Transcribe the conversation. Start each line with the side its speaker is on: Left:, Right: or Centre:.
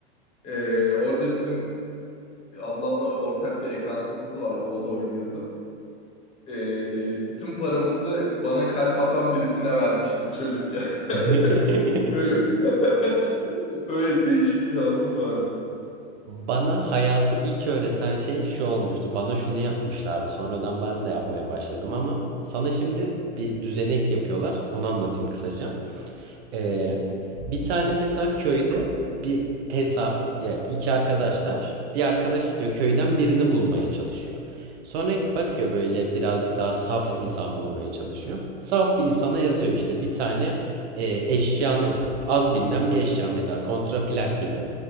Left: Ee, orada bizim ablamla ortak bir account'umuz vardı o da oynuyordu. Ee, bütün paramızı bana kalp atan birisine vermiştim çocukken. <laughs>
Right: <laughs>
Left: Öyle <laughs> öyle değişik bir anım vardı.
Right: Bana hayatı ilk öğreten şey şu olmuştu. Bana şunu yapmışlardı. Sonradan ben de yapmaya başladım ama sana şimdi
Left: Hı hı,
Right: bir düzenek yapıyorlar. Onu anlatayım kısaca. Ee,
Left: hı hı,
Right: bir tane mesela köyde bir hesap, ya iki arkadaşlar, bir arkadaş gidiyor köyden birini bulmaya çalışıyor. Sonra bakıyor böyle birazcık daha saf insan bulmaya çalışıyor. Saf bir insana yazıyor işte bir tane e, eşyanın az bilinen bir eşya mesela kontraplak gibi.